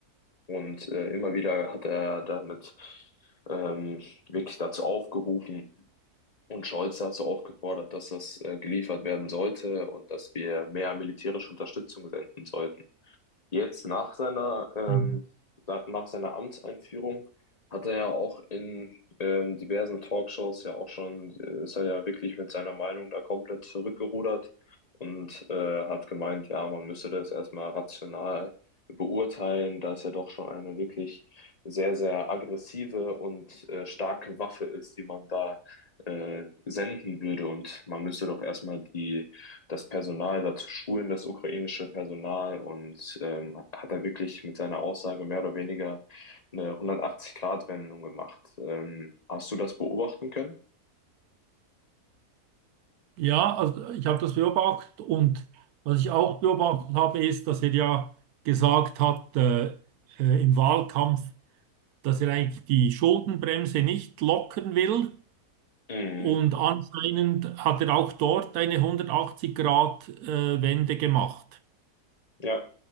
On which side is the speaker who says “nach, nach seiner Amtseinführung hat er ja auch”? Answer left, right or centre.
Left